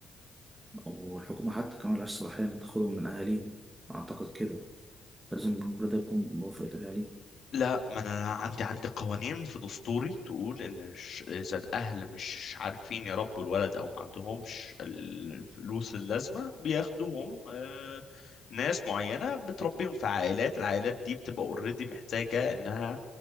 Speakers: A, on the right; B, on the left.
A: والحكومة حتى كمان ملهاش صلاحية إن تاخدهم من أهاليهم أعتقد كده لازم كل ده يكون بموافقة أهاليهم
B: لا ما انا عندي عندي قوانين في دستوري تقول ان ش- اذا الاهل مش عارفين يربوا الولد او ما عندهمش ال- الفلوس اللازمه بياخدوهم آه، ناس معينه بتربيهم في عائلات العائلات دي بتبقى اوريدي محتاجه انها